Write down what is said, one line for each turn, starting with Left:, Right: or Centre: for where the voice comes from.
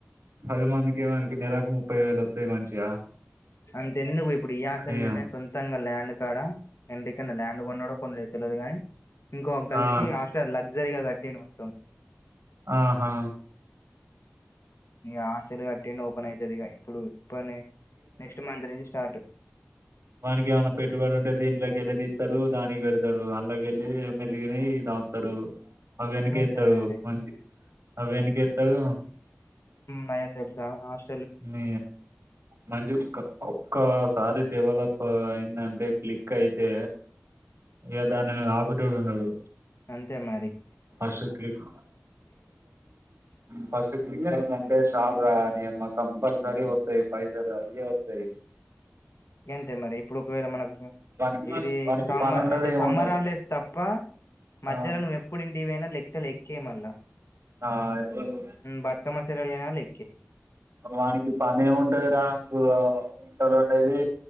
Right: అది మందికి మనకి నెలకు ముప్పై వేలు వస్తాయి మంచిగా
Left: అంత ఎందుకు ఇప్పుడు ఈ ఆసల
Right: అయ్యా
Left: మీద సొంతంగా ల్యాండ్ కాడ ఎంటక ల్యాండ్ కొన్నా కొన్ని తెలిదు కానీ ఇంకో గర్ల్స్
Right: ఆ
Left: కిస్టర్ ల సరిగా కట్టి మొత్తం
Right: ఆహా
Left: ఆస్లు టెన్ ఓపెన్ అవుతుంది ఇప్పుడు ఇ నెక్స్ట్ మంత్ నుంచి స్టార్ట్
Right: మననికి ఏమనా పెట్టుబడు ఉంటే దీంలోకి వెళ్ళది ఇస్తారు దానికి పెడత రు అల్గలి మెల్గనే దతారు అవ వెనక
Left: గంతే
Right: ఇస్తాడు
Left: మరి
Right: మంచి అవ వెనక ఇస్తాడు
Left: నై తె
Right: న మంచి ఒ ఒక్కసారి డెవలప్ అయిందంటే క్లిక్ అయితే ఇక దాని ఆపిటోడు ఉన్నాడు
Left: అంతే మా
Right: ఫస్ క్లిక్ ఫస్ క్లిక్ సాల కంపల్సరి తుాయి పైసా అదే వస్తాయి
Left: ఏంతే మరి ఇప్పుడు ఒకవేళ మనకు
Right: వానికి
Left: ఇది
Right: వానికి
Left: సమ్మ
Right: పని ఉండదు
Left: అంటే
Right: ఏముండదు
Left: సమ్మరాళ్ళు వ తప్ప మధ్యలో
Right: ఆ
Left: నువ్వు ఎప్పుడుంటి నా లక్క లక్కేమల్ల
Right: ఆ ఇప్పుడు
Left: బద్కా మసలా లేనా లేే
Right: వానికి పని ఏమి ఉంటది రాకు వంటలుండేది